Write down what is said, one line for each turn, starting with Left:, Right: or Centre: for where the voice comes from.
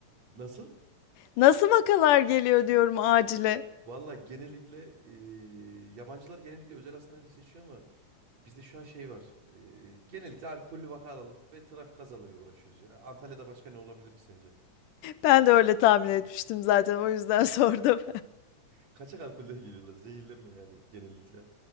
Right: Nasıl?
Left: Nasıl vakalar geliyor diyorum acile.
Right: Valla genellikle eee, yabancılar genellikle özel hastaneleri seçiyor ama Bizde şu an şey var. e, genellikle alkollü vakalarla ve trafik kazalarıyla uğraşıyoruz ya. Antalya'da başka ne olabilir ki sence?
Left: Ben de öyle tahmin etmiştim zaten. O yüzden <laughs> sordum.
Right: Kaçak alkolden geliyorlar. Zehirlenme yani genellikle.